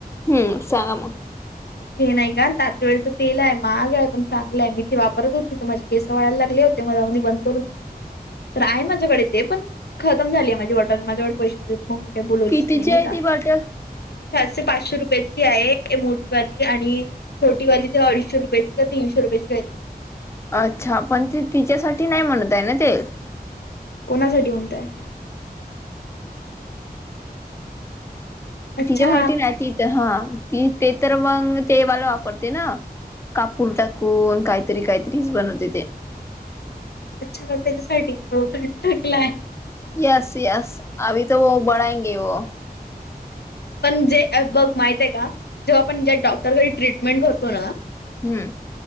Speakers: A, on the left (about 15°); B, on the left (about 85°).
A: हम्म सांगा म-
B: हे नाही का तात वळचं तेल आहे महाग आहे पण चांगलंय मी ते वापरत होती त माझी- केस वाळायला लागली होते मला म्हणाली बंद तर आहे माझ्याकडे ते पण खतम झाली माझी बॉटल माझ्याकडे पैसे नाही मग का बोलावलीच
A: कितीची
B: नाही नाही
A: आहे
B: का
A: ती बॉटल?
B: सातशे पाचशे रुपयाची आहे मोठीवाली आणि छोटी वाली ते अडीचशे रुपयाची का तीनशे रुपयाची घाय
A: अच्छा पण ते तिच्यासाठी नाही म्हणत आहे ना ते
B: कोणासाठी म्हणताय अच्छा
A: तिच्यासाठी नाही तीथ हा ती ते तर मग तेवाल वापरते ना कापूर टाकून काहीतरी काहीतरीच बनवते ते
B: अच्छा त्याच्यासाठी बोटल टाकलाय
A: <unintelligible>
B: पण जे बघ माहित आहे का जेव्हा आपण ज्या डॉक्टरकडे ट्रीटमेंट करतो ना
A: हम्म